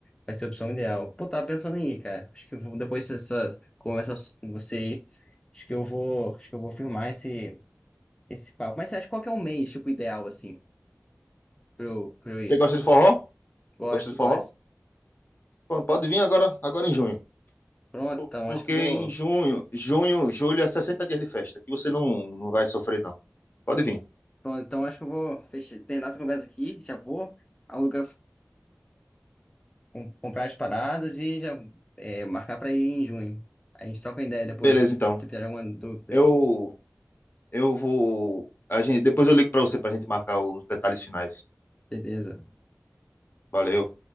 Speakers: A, on the left (about 20°); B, on the left (about 45°).
A: vai ser a opção ideal. Pô, tava pensando em ir, cara. Acho que eu vou, depois dessa conversa so, com você aí, acho que eu vou, acho que eu vou firmar esse, esse papo. Mas você acha qual que é o mês, tipo, ideal, assim, pra eu, pra eu ir?
B: Você gosta de forró?
A: Gosto,
B: Gosta de
A: gosto.
B: forró? Pô, Pode vir agora, agora em junho.
A: Pronto,
B: Por-
A: então
B: Porque
A: acho que eu
B: em
A: vou.
B: junho, junho, julho é 60 dias de festa, que você não, não vai sofrer, não. Pode vir.
A: Pronto, então acho que eu vou fechar, terminar essa conversa aqui. Já vou alugar. com- comprar as paradas e já é, marcar pra ir em junho. A gente troca uma ideia depois,
B: Beleza,
A: se
B: então.
A: tiver alguma dúvida.
B: Eu eu vou a gente, depois eu ligo pra você pra gente marcar os detalhes finais.
A: Beleza.
B: Valeu.